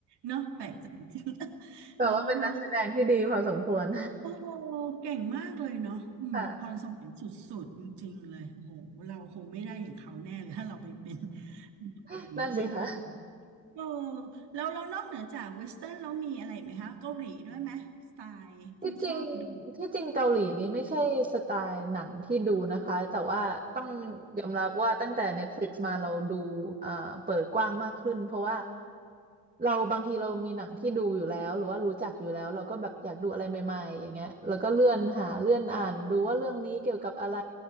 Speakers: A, on the right; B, on the right.
A: เนาะแปลกใจจริง <laughs>
B: <laughs> แต่ว่าเป็นนักแสดงที่ดีพอสมควร
A: เราเรา โอ้เก่งมากเลยเนาะอืมพรสวรรค์สุดๆจริงๆเลยโอ้โหเราคงไม่ได้อย่างเขาแน่เลยถ้าเราไปเป็น
B: ค่ะ <laughs>
A: คนนี้แน่นอน
B: นั่นสิคะ
A: เออแล้วแล้วนอกเหนือจากเวสเทิร์นแล้วมีอะไรไหมคะเกาหลีด้วยไหมสไตล์ที่ชอบดู
B: ที่จริงที่จริงเกาหลีนี้ไม่ใช่สไตล์หนังที่ดูนะคะแต่ว่าต้องยอมรับว่าตั้งแต่ Netflix มาเราดูเอ่อเปิดกว้างมากขึ้นเพราะว่าเราบางทีเรามีหนังที่ดูอยู่แล้วหรือว่ารู้จักอยู่แล้วเราก็แบบอยากดูอะไรใหม่ๆอย่างเงี้ยแล้วก็เลื่อนหาเลื่อนอ่านดูว่าเรื่องนี้เกี่ยวกับอะไร